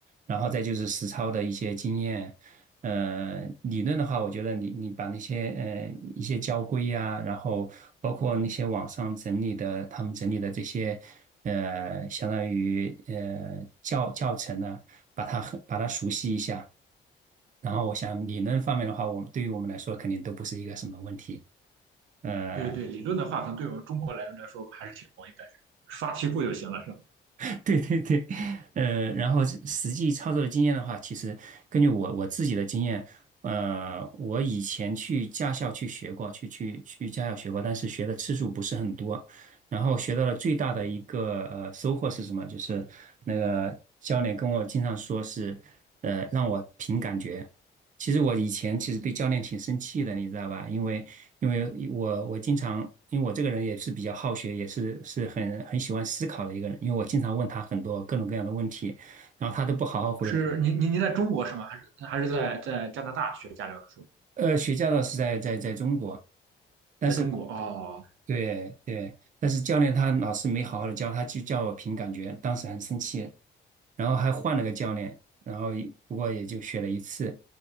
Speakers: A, on the right; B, on the right.
A: 然后再就是实操的一些经验。呃，理论的话，我觉得你你把那些呃一些交规呀、然后包括那些网上整理的他们整理的这些呃，相当于呃教教程呢、把它很把它熟悉一下。然后我想理论方面的话，我们对于我们来说肯定都不是一个什么问题。呃，
B: 对对，理论的话，可能对我们中国人来说还是挺容易的，刷题库就行了，是吗？
A: <laughs> 对对对，呃，然后实际操作的经验的话，其实根据我我自己的经验，呃，我以前去驾校去学过，去去去驾校学过，但是学的次数不是很多。然后学到了最大的一个呃收获是什么？就是那个教练跟我经常说是，呃，让我凭感觉。其实我以前其实对教练挺生气的，你知道吧？因为因为我我经常，因为我这个人也是比较好学，也是是很很喜欢思考的一个人，因为我经常问他很多各种各样的问题，然后他都不好好回答。
B: 是您您您在中国是吗？还是还是在在加拿大学驾照的时候，
A: 呃，学驾照是在在在中国，但是
B: 在中国哦。
A: 对对，但是教练他老师没好好的教，他就叫我凭感觉，当时很生气，然后还换了个教练，然后不过也就学了一次，